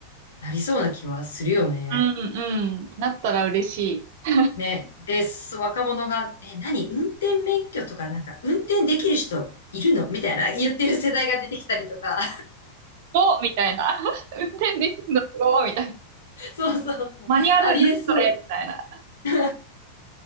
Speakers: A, on the left; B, on the right.
A: なりそうな気はするよね。
B: うん、うんなったら嬉しい。
A: ね。で、す若者が、え、何運転免許とかなんか運転できる人いるのみたいな言ってる世代が出てきたりとか。
B: おみたいな。<laughs> 運転できるのすごいみたいな。
A: <laughs> そうそうそう。
B: マニュアル、
A: ありえそう
B: 何それみたいな。
A: <laughs> で。